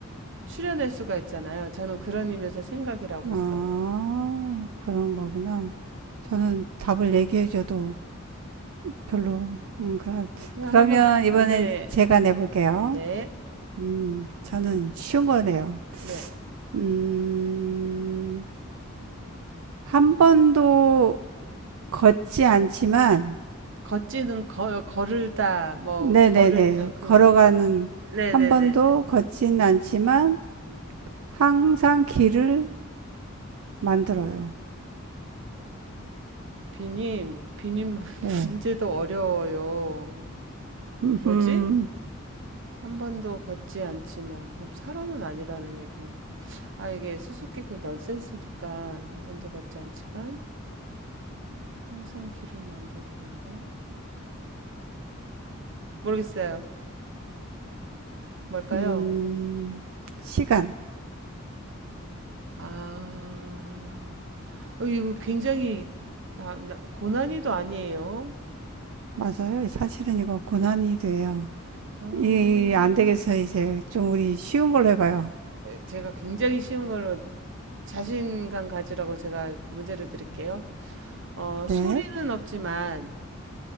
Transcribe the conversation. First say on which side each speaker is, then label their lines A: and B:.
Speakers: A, on the right; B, on the right.
A: 추려낼 수가 있잖아요. 저는 그런 의미에서 생각이라고
B: 아,
A: 했어요.
B: 그런 거구나. 저는 답을 얘기해줘도 별로. 음, 그럼,
A: 그럼
B: 그러면
A: 한번,
B: 이번엔
A: 네,
B: 제가 내볼게요.
A: 네,
B: 음, 저는 쉬운 거네요.
A: 네.
B: 음, 한 번도 걷지 않지만,
A: 걷지는 거, 걸을다, 뭐,
B: 네네네.
A: 걸을 때, 어, 그거,
B: 걸어가는,
A: 네네네네.
B: 한 번도 걷진 않지만, 항상 길을 만들어요.
A: 비님, 비님 <laughs>
B: 네.
A: 문제도 어려워요.
B: 음흠.
A: 뭐지? 한 번도 걷지 않지만, 그럼 사람은 아니라는 얘기니까. 아, 이게 수수께끼 그 넌센스니까, 한 번도 걷지 않지만, 항상 길을 만드는 건? 모르겠어요. 뭘까요?
B: 음, 시간.
A: 아, 어, 이거 굉장히 나- 나- 고난이도 아니에요.
B: 맞아요. 사실은 이거 고난이 돼요.
A: 어,
B: 이, 안 되겠어. 이제 좀 우리 쉬운 걸로 해봐요.
A: 제가 굉장히 쉬운 걸로 자신감 가지라고 제가 문제를 드릴게요. 어,
B: 네.
A: 소리는 없지만,